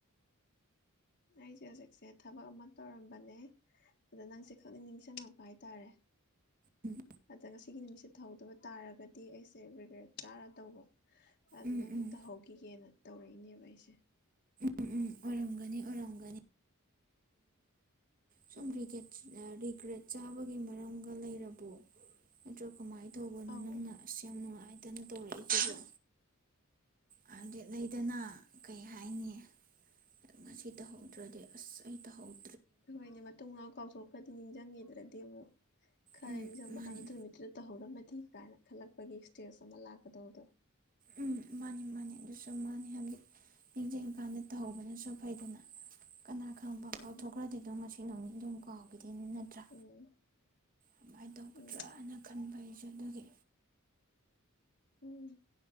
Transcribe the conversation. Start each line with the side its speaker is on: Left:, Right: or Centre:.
Left: ꯑꯩꯁꯦ ꯍꯧꯖꯤꯛꯁꯦ ꯊꯕꯛ ꯑꯃ ꯇꯧꯔꯝꯕꯅꯦ ꯑꯗ ꯅꯪꯁꯦ ꯈꯛꯅꯤꯡ ꯅꯤꯡꯁꯤꯡꯉꯛꯄ ꯍꯥꯏ ꯇꯔꯦ
Right: ꯎꯝ
Left: ꯑꯗꯨꯒ ꯁꯤꯒꯤ ꯅꯨꯃꯤꯠꯁꯦ ꯊꯧꯗꯕ ꯇꯥꯔꯒꯗꯤ ꯑꯩꯁꯦ ꯔꯤꯒ꯭ꯔꯦꯠ ꯆꯥꯔ ꯇꯧꯕ ꯑꯗꯨ
Right: ꯎꯝ
Left: ꯅꯝꯗ
Right: ꯎꯝ
Left: ꯇꯧꯍꯧꯈꯤꯒꯦꯅ ꯇꯧꯔꯛꯏꯅꯦꯕ ꯑꯩꯁꯦ
Right: ꯎꯝ ꯎꯝ ꯑꯣꯏꯔꯝꯒꯅꯤ ꯑꯣꯏꯔꯝꯒꯅꯤ ꯁꯨꯝ
Left: ꯎꯝ
Right: ꯔꯤꯒꯦꯠ ꯔꯤꯒ꯭ꯔꯦꯠ ꯆꯕ ꯃꯔꯝꯒ ꯂꯩꯔꯕꯣ ꯅ꯭ꯔ ꯀꯃꯥꯏꯅ ꯇꯧꯕꯅꯣ
Left: ꯑꯧ
Right: ꯅꯪꯅ ꯑꯁ ꯌꯥꯝ ꯅꯨꯡꯉꯥꯏꯇꯅ ꯇꯧꯔꯛꯏꯁꯤꯕꯣ ꯍꯥꯏꯗꯤ ꯂꯩꯗꯅ ꯀꯩ ꯍꯥꯏꯅꯤ ꯉꯁꯤ ꯇꯧꯍꯧꯗ꯭ꯔꯗꯤ ꯑꯁ ꯑꯩ ꯇꯧꯍꯧꯦ
Left: ꯍꯈꯣꯏꯅꯦ ꯃꯇꯨꯡꯅꯥꯎ ꯀꯥꯎꯊꯣꯛꯈ꯭ꯔꯗꯤ ꯅꯤꯡꯁꯤꯡꯉꯦ ꯑꯗꯨꯗꯤꯦꯕꯨ ꯈꯔ
Right: ꯎꯝ
Left: ꯑꯦꯡꯖꯝꯕ
Right: ꯃꯥꯅꯤ
Left: ꯀꯥꯟꯗ ꯑꯗꯨꯃꯤꯠꯇ꯭ꯔ ꯇ ꯍꯧꯧꯔꯝꯃꯦ ꯤ ꯀꯥꯏꯅ ꯈꯜꯂꯛꯄꯒꯤ ꯁ꯭ꯇꯦꯖ ꯑꯃ ꯂꯥꯛꯀꯗꯧꯕꯗꯣ
Right: ꯎꯝ ꯃꯥꯅꯦ ꯃꯥꯅꯦ ꯑꯗꯨꯁꯨ ꯃꯥꯅꯦ ꯍꯥꯏ ꯅꯤꯡꯖꯝ ꯏꯝꯀꯥꯜꯗ ꯇꯧꯍꯧꯕꯅꯁꯨ ꯐꯩꯗꯅ ꯀꯅꯥ ꯈꯔꯨꯝꯕ
Left: ꯎꯝ
Right: ꯀꯥꯎꯊꯣꯛꯈ꯭ꯔꯗꯤꯗꯣ ꯩꯅꯅꯅꯤ ꯑꯗꯨꯝ ꯀꯥꯎꯈꯤꯗ ꯁꯤꯅꯤ ꯅꯠꯇ꯭ꯔꯥ
Left: ꯎꯝ
Right: ꯀꯃꯥꯏꯅ ꯇꯧꯒꯗ꯭ꯔꯅ
Left: ꯎꯝ
Right: ꯈꯟꯕ ꯑꯩꯁꯨ ꯑꯗꯨꯒꯤ
Left: ꯎꯝ ꯎ